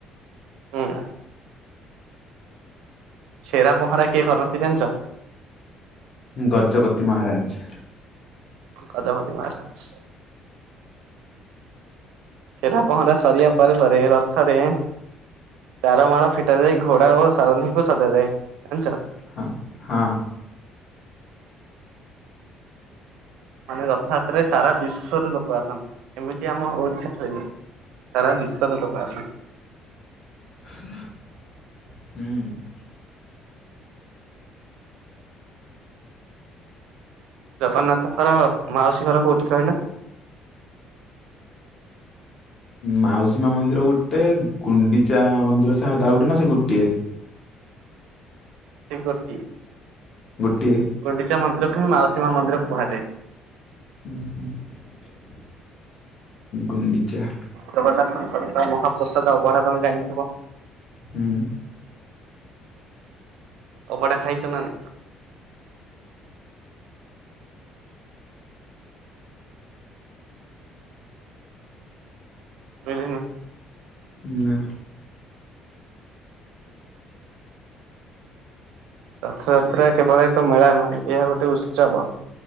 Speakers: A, on the right; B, on the left.
A: ହୁଁ। ଛେରା ପହଁରା କିଏ କରନ୍ତି ଜାଣ୍ଚ?
B: ଗଜପତି ମହାରାଜ୍।
A: ଗଜପତି ମହାରାଜ୍। ଛେରା ପହଁରା ସରିବା ପରେ ପରେ ରଥରେ ଚାର ମାଳ ଫିଟା ଯାଇ ଘୋଡା ଓ ସାରଧୀଙ୍କୁ ସଜାଯାଏ ଜାଣ୍ଚ?
B: ହଁ ହଁ।
A: ମାନେ ରଥଯାତ୍ରାରେ ସାରା ବିଶ୍ଵ ରୁ ଲୋକ ଆସନ୍ତି ଏମିତି ଆମ ଓଡିଶା ଠାରେ ନୂଅ। ସାରା ବିଶ୍ୱରୁ ଲୋକ ଆସନ୍ତି।
B: ହୁଁ ହୁଁ।
A: ଜଗନ୍ନାଥଙ୍କର ମାଉସୀ ଘର କୋଉଠି କହିଲ?
B: ମାଉସୀମା ମନ୍ଦିର ଗୋଟେ ଗୁଣ୍ଡିଚା ମନ୍ଦିର ସାଦ୍ ଆଉ ଗୋଟେ ନା ସେ ଗୋଟିଏ।
A: ସେଇ ଗୋଟି
B: ଗୋଟିଏ।
A: ଗୁଣ୍ଡିଚା ମିନ୍ଦିରକୁ ମୁଁ ମାଉସୀମା ମନ୍ଦିର କୁହାଯାଏ।
B: ହୁଁ ହୁଁ। ଗୁଣ୍ଡିଚା।
A: ଜଗନାଥଙ୍କର ମହାପ୍ରସାଦ ଅଭଡ଼ା ତମେ ଜାଣିଥିବ?
B: ହୁଁ।
A: ଅଭଡ଼ା ଖାଇଛ ନା ନାଇ? ମିିଳିନି।
B: ନା।
A: ରଥଯାତ୍ରା କେବଳ ଏକ ମେଳା ନୁହେଁ, ଏହା ଗୋଟେ ଉତ୍ସବ।